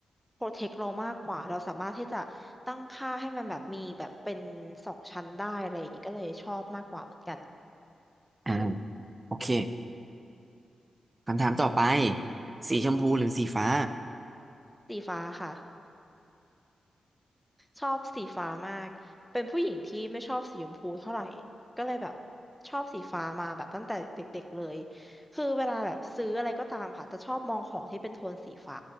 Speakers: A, in the centre; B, on the right (about 30°).
A: protect เรามากกว่าเราสามารถที่จะตั้งค่าให้มันแบบมีแบบเป็นสองชั้นได้อะไรอย่างเงี้ยก็เลยชอบมากกว่าเหมือนกัน
B: อ่าโอเคคำถามต่อไปสีชมพูหรือสีฟ้า
A: สีฟ้าค่ะ ชอบสีฟ้ามากเป็นผู้หญิงที่ไม่ชอบสีชมพูเท่าไหร่ก็เลยแบบชอบสีฟ้ามาแบบตั้งแต่เด็กๆเลยคือเวลาแบบซื้ออะไรก็ตามค่ะจะชอบมองของที่เป็นโทนสีฟ้า